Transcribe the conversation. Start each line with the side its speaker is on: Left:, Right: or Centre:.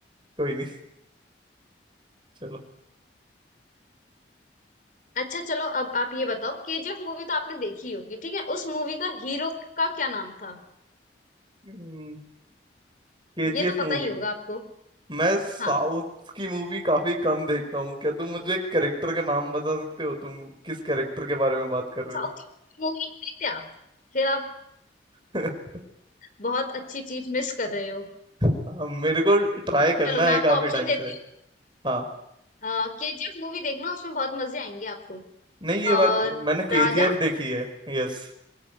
Right: कोई नहीं चलो
Left: अच्छा चलो अब आप ये बताओ केजीएफ मूवी तो आपने देखी होगी ठीक है उस मूवी का हीरो का क्या नाम था
Right: के जी
Left: ये
Right: एफ
Left: तो
Right: मूवी
Left: पता ही होगा आपको
Right: मैं साउथ
Left: हाँ
Right: की मूवी काफी कम देखता हूँ क्या तुम मुझे एक कैरेक्टर का नाम बता सकते हो तुम किस कैरेक्टर के बारे में बात कर रहे
Left: साउथ
Right: हो
Left: मूवी देखते आप फिर आप
Right: <laughs>
Left: बहुत अच्छी चीज मिस कर रहे हो
Right: हाँ, मेरे को ट्राई करना
Left: चलो मैं
Right: है
Left: आपको
Right: काफी
Left: ऑप्शन
Right: टाइम
Left: देती
Right: से हाँ
Left: हूँ केजीएफ मूवी देखना उसमें बहुत मजे आएंगे आपको
Right: नहीं ये
Left: और
Right: बात मैंने केजीएफ
Left: राजा
Right: देखी है यस